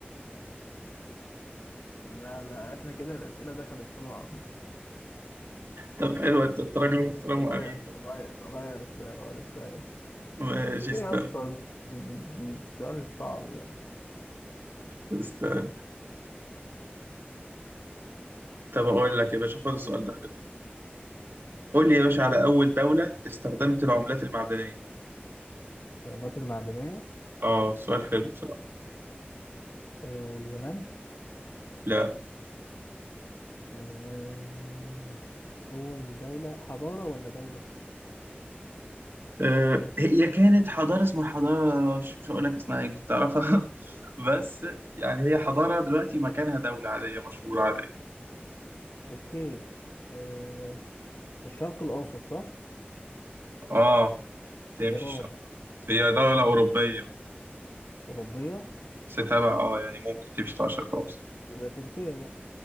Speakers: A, on the left (about 70°); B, on the right (about 70°).
A: <laughs> لا لا احنا كده الاسئله دخلت في بعض
B: طب حلو انت أنت راجل محترم
A: غير
B: وامين بقى
A: غير غير السؤال غير السؤال
B: ماشي استنى
A: ايه اصلا السؤال الصعب ده
B: استنى طب اقول لك يا باشا خد السؤال ده حلو قول لي يا باشا على اول دولة استخدمت العملات المعدنية
A: الحيوانات المعدنية
B: اه سؤال حلو بصراحة
A: آه، اليونان
B: لا
A: آه، أول دولة حضارة ولا دولة؟
B: آه، هي كانت حضارة اسمها حضارة مش مش هقول لك اسمها يمكن تعرفها <laughs> بس يعني هي حضارة دلوقتي مكانها دولة عادية مشهورة عادية
A: أوكي آه، في الشرق الأوسط صح؟
B: اه تمشي
A: إيران
B: الشرق هي دولة أوروبية
A: أوروبية
B: بس تبع اه يعني ممكن تمشي تبع الشرق
A: تركيا
B: الأوسط
A: يبقى تركيا بقى